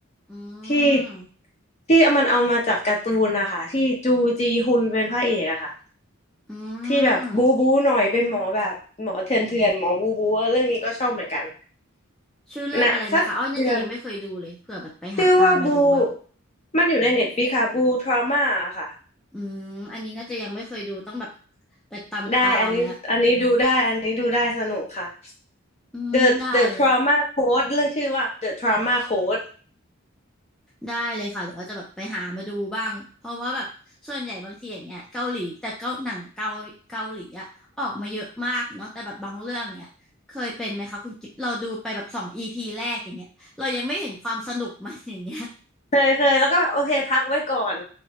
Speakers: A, in the centre; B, on the left.
A: อื
B: ที่
A: ม
B: ที่มันเอามาจากการ์ตูนนะคะที่จูจีฮุนเป็นพระเอกอะค่ะ
A: อื
B: ที่แบบบูบูหน่อยเป็นหมอแบบหมอเถื่อนเถื่อนหมอบูบูเออเรื่องนี้ก็ชอบเหมือนกัน
A: มชื่อเรื่องอะไรนะคะอ้อยน่าจะยังไม่เคยดูเลยเผื่อแบบไปหาตามมาดูบ้าง
B: นะสักเดือนชื่อว่าบูมันอยู่ในเน็ตฟ i ิค่ะบูทรามาค่ะ
A: อืมอันนี้น่าจะยังไม่เคยดูต้องแบบไปตามตามแล้ว
B: ได้อันนี้อันนี้ดูได้อันนี้ดูได้สนุกค่ะ
A: อืมได้เลย
B: The The Trauma Code เรื่องชื่อว่า The Trauma Code
A: ได้เลยค่ะเดี๋ยวอ้อจะแบบไปหามาดูบ้างเพราะว่าแบบส่วนใหญ่บางทีอย่างเงี้ยเกาหลีแต่เกาหนังเกาเกาหลีอะออกมาเยอะมากเนาะแต่แบบบางเรื่องเนี้ยเคยเป็นไหมคะคุณกิ๊บเราดูไปแบบสองอีพีแรกอย่างเงี้ยเรายังไม่เห็นความสนุกมัน <laughs> อย่างเงี้ย
B: เคยเคยแล้วก็แบบโอเคพักไว้ก่อน